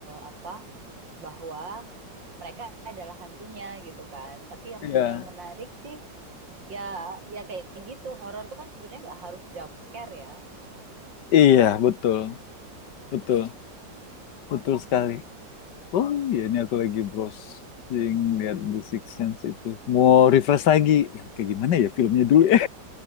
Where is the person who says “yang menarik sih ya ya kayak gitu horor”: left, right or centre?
Right